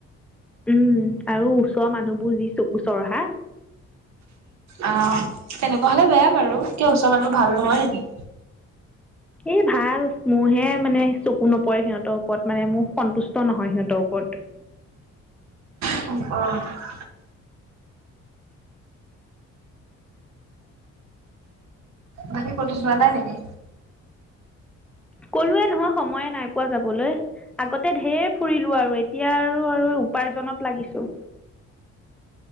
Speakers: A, in the centre; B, on the right (about 65°).
A: উম, আৰু ওচৰ মানুহবোৰ যি চকু চৰহা।
B: আ তেনেকুৱা হলে বেয়া বাৰু। কিয় ওচৰৰ মানুহবো ভাল নহয় নেকি?
A: এই ভাল। মোৰহে মানে চকু নপৰে সিহঁতৰ ওপৰত, মানে মোৰ সন্তুষ্ট নহয় সিহঁতৰ ওপৰত।
B: অ-অ। বাকী কতো যোৱা নাই নেকি?
A: কলোৱে নহয় সময়ে নাই পোৱা যাবলৈ। আগতে ঢেৰ ফুৰিলো আৰু এতিয়া আৰু আৰু উপাৰ্জনত লাগিছো।